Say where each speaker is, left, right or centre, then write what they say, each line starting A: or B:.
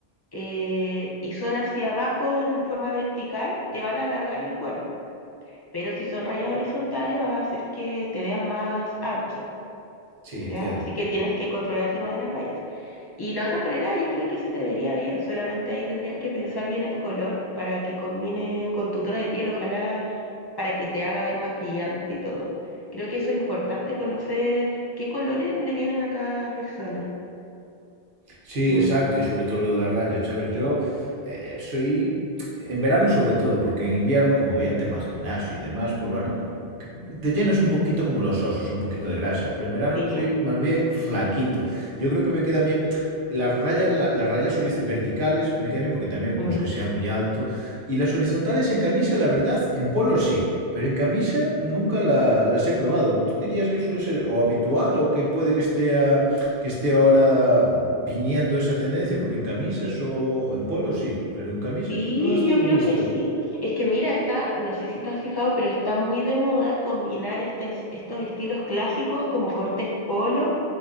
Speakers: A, on the left; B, on the right.
A: eh, y son hacia abajo en forma vertical, te van a alargar el cuerpo. Pero si son rayas horizontales, vas a hacer que te veas más ancho.
B: Sí,
A: ¿ya?
B: entiendo.
A: Así que tienes que controlar el tema de las rayas. Y la otra polera yo creo que se te vería bien, solamente ahí tendrías que pensar bien el color para que combine con tu tono de piel, ojalá para que te haga ver más brillante y todo. Creo que eso es importante conocer qué colores le vienen a cada persona.
B: Sí,
A: Mm,
B: exacto, y sobre todo lo de las rayas. A ver, yo eh, soy, en verano sobre todo, porque en invierno, como voy al tema al gimnasio y demás, pues bueno, c- te llenas un poquito como los osos, un poquito de grasa, pero en verano
A: sí.
B: soy más bien flaquito. Yo creo que me quedan bien las rayas, la- las rayas horiz- verticales, me quedan bien porque también
A: mm.
B: no es que sea muy alto, y las horizontales en camisa, la verdad, en polos sí, pero en camisa nunca la- las he probado. ¿Tú dirías que suele ser o habitual o que puede que esté a que esté ahora viniendo esa tendencia, porque en camisas o en polos sí, pero en camisas
A: Sí,
B: no las
A: yo
B: tengo
A: creo
B: visto.
A: que sí. Es que mira, está, no sé si te has fijado, pero está muy de moda combinar estes- estos estilos clásicos como cortes polo